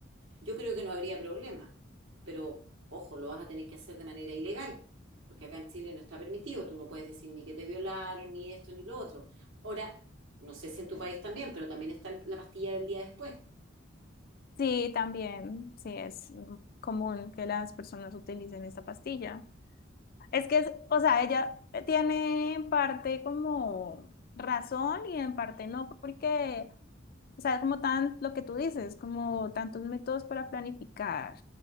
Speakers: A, on the right; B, on the left.
A: yo creo que no habría problema. Pero, ojo, lo vas a tener que hacer de manera ilegal, porque acá en Chile no está permitido, tú no puedes decir ni que te violaron, ni esto, ni lo otro. Ahora, no sé si en tu país también, pero también está la pastilla del día después.
B: Sí, también, sí, es mm, común que las personas utilicen esta pastilla. Es que, es- o sea, ella tiene en parte como razón y en parte no, porque, o sea, es como tan lo que tú dices, como tantos métodos para planificar